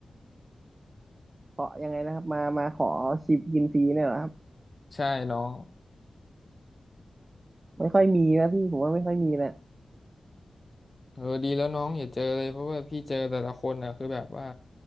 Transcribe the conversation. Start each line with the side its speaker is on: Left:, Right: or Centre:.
Right: ขอยังไงนะครับมามาขอชิปกินฟรีเนี่ยเหรอครับ
Left: ใช่น้อง
Right: ไม่ค่อยมีนะพี่ผมว่าไม่ค่อยมีนะ
Left: เออดีแล้วน้องอย่าเจอเลยเพราะว่าพี่เจอแต่ละคนอ่ะคือแบบว่า